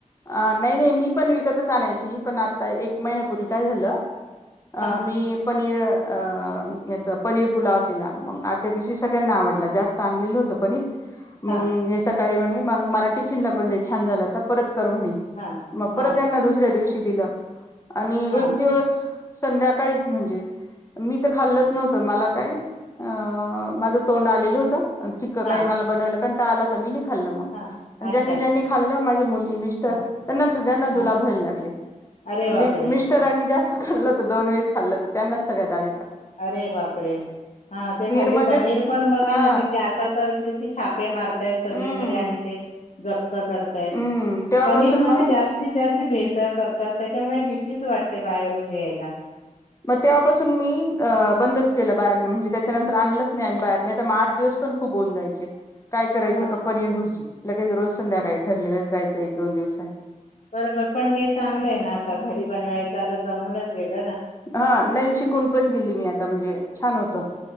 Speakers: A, on the left; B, on the left.
A: अं नाहीं नाहीं मी पणं विकतचं आणांयची पणं आंता एक महिन्यांपूर्वी कायं झालं अं
B: हा
A: मी पनीरं यांचं पनीर पुलांव केलां मंग आदल्यां दिवशी सगळ्यांना आवडलां जास्तं मी आणलेलं होतं पनीर
B: हा
A: मंग हे कायं म्हणंले मलां टिफिन लां पणं दे पणिर छान छान झांल होतं म्हणे
B: हा
A: मंग परंत
B: हा
A: त्यांना दुसऱ्यां दिवशी दिलं आणि
B: हा
A: एक दिवसं संध्याकाळी चं म्हणजे मी तरं खाल्लंच नव्हतं मलां कांहीं अं माझं तोंड आलेलं होतं फिक्क कांहीं
B: हा
A: मलां बनवांयला कंटाळा आंला तरं मी नाहीं खाल्लं मंग
B: हा अच्छा
A: ज्यांनी ज्यांनी खाल्ललं माझी मुलगी
B: हा
A: त्यांना सगळ्यांना जुलाब
B: हा
A: व्हायला लागले
B: अरे बापरे
A: माझे मिस्टर मीसटरानि जास्तं खाल्लं होतं त्यां नाचं खाल्लेलं तरं त्यांनाच सगळ्यां अ
B: अरे बापरे हां ते हल्दी
A: मध्येच
B: पनीर पणं बघां
A: हा
B: नां किती आंता तरं किती छापे मारतांय सगळीकडे
A: हम्म
B: आणि ते जंप्त करतांय
A: हम्म तेव्हापासून
B: पनीर मध्यें
A: मग
B: जास्तं जास्तं भेसांळ करतांत त्यांच्यामुळे भीतीचं वाटतें बाहेरूंन घ्यांयला
A: मंग तेंव्हापासून मी बंदच केलं बाहेर म्हणजे त्यांच्यानंतर आणलंच नाहीं आम्हीं बाहेरून नाहीं तरं मंग आंठ दिवसं पणं खूंप होऊन जायचे कायं करायचं
B: मग
A: कां पनीर भुर्जी लगेच रोज संध्याकांळी ठरलेलंच राहायचं एक दोन दिवसांनी
B: बरोबर पणं हे चांगलं आहे नां आंता घरी बनवायचं आंता जमूंनच गेलं नां
A: हां नाई शिकूंन पणं गेली मी आंता म्हणजे छान होतं